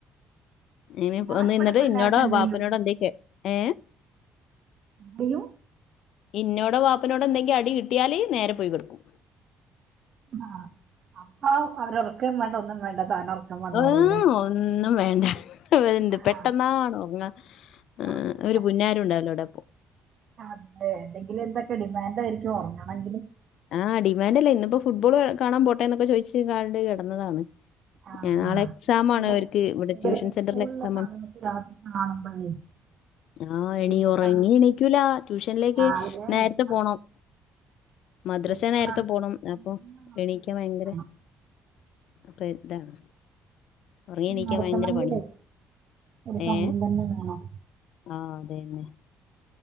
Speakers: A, on the left (about 70°); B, on the right (about 50°).
A: ഇങ്ങെനെ
B: ഞാനിവിടെ
A: വന്ന് നിന്നിട്ട്
B: പിള്ളേർക്ക്
A: ഇന്നോടോ
B: എന്ത്
A: ബാപ്പനോടോ
B: ചെയ്യും
A: എന്തേ കേ ഏ
B: <unintelligible>
A: ഇന്നോടോ വാപ്പനോടോ എന്തെങ്കി അടി കിട്ടിയാല് നേരെ പോയ് കിടക്കും
B: ആ ആ അപ്പൊ അവര് <unintelligible> ഒന്നും വേണ്ട താനുറക്കം വന്നോളൂ
A: ആ
B: അല്ലേ
A: ഒന്നും വേണ്ട വേ എന്ത്
B: ആ,
A: പെട്ടന്നാണ് ഒറങ്ങാ
B: ഉറങ്ങണ്ട.
A: ആ് ഒരു പുന്നാരം ഉണ്ടാവലോടെ
B: അതെ അല്ലെങ്കിൽ എന്തെക്കേ ഡിമാൻന്റായിരിക്കും ഓങ്ങണെങ്കില്
A: ആഹ് ഡിമാൻന്റല്ലേ ഇന്ന്പ്പോ ഫുട്ബോൾ കാണാൻ പോട്ടെന്നൊക്കെ ചോയിച്ച്ക്കാണ്ട് കേടന്നതാന്ന്
B: ആ,
A: നാളെ എക്സാമാണവർക്ക്
B: പിന്നെ
A: ഇവടെ
B: ഇവർക്ക്
A: ട്യൂഷൻ
B: സ്കൂളിലെ
A: സെന്ററിലെ എക്സാമാണ്
B: സമയത്ത് രാത്രി കാണുമ്പോഴേ
A: ആഹ്
B: ബുദ്ധിമുട്ടാണ്
A: ഇനി ഒറങ്ങി എണീക്കൂല ട്യൂഷനിലേക്ക്
B: രാവിലെ
A: നേരത്തെ
B: അവർ
A: പോണം മദ്രസ
B: നൃത്തം
A: നേരത്തെ
B: നടത്തണമെങ്കിൽ
A: പോണം അപ്പൊ
B: തന്നെ നമുക്കൊരു
A: എണീക്കാൻ
B: സമയം
A: ഭയങ്കര
B: വേണം
A: അപ്പൊ ഇതാണ് ഒറങ്ങി എണീക്കാൻ
B: നടത്തണമെങ്കിലേ
A: ഭയങ്കര പണ്യ
B: ഒരു സമയം
A: ഏ
B: തന്നെ വേണം
A: ആ അതെന്നെ